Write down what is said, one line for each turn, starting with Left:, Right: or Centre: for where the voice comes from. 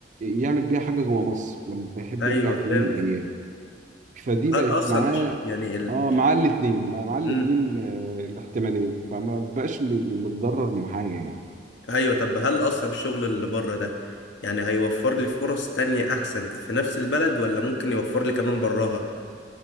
Right: يعمل بيها حاجه جوه مصر لما يحب
Left: ايوه
Right: يرجع في
Left: فهمت
Right: يوم من الايام فدي بقت
Left: هل اصلا
Right: معاه
Left: الش- يعني ال...
Right: اه معاه الاثنين معاه الاثنين
Left: مم.
Right: الاحتمالين فما بقاش م- متضرر من حاجه يعني
Left: ايوه طب هل اصلا الشغل اللي بره ده يعني هيوفر لي فرص تانية احسن في نفس البلد ولا ممكن يوفر لي كمان براها